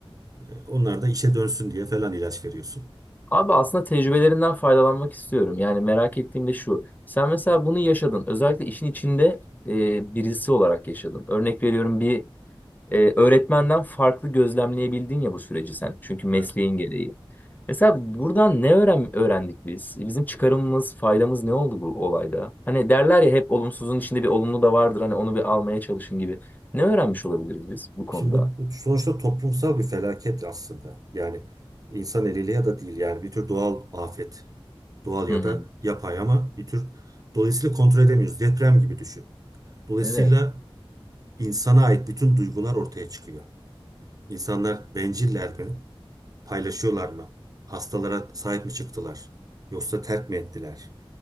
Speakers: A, on the right; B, on the left.
A: E, onlar da işe dönsün diye falan ilaç veriyorsun.
B: Abi aslında tecrübelerinden faydalanmak istiyorum. Yani merak ettiğim de şu. Sen mesela bunu yaşadın. Özellikle işin içinde e, birisi olarak yaşadın. Örnek veriyorum bir e, öğretmenden farklı gözlemleyebildin ya bu süreci sen. Çünkü mesleğin
A: Evet.
B: gereği. Mesela buradan ne öğren öğrendik biz? Bizim çıkarımımız, faydamız ne oldu bu olayda? Hani derler ya hep olumsuzun içinde bir olumlu da vardır. Hani onu bir almaya çalışın gibi. Ne öğrenmiş olabiliriz biz bu konuda?
A: Şimdi bu, bu sonuçta toplumsal bir felaket aslında. Yani insan eliyle ya da değil yani bir tür doğal afet. Doğal
B: Hı
A: ya
B: hı.
A: da yapay ama bir tür dolayısıyla kontrol edemiyoruz. Deprem gibi düşün. Dolayısıyla
B: Evet.
A: insana ait bütün duygular ortaya çıkıyor. İnsanlar benciller mi? Paylaşıyorlar mı? Hastalara sahip mi çıktılar? Yoksa terk mi ettiler?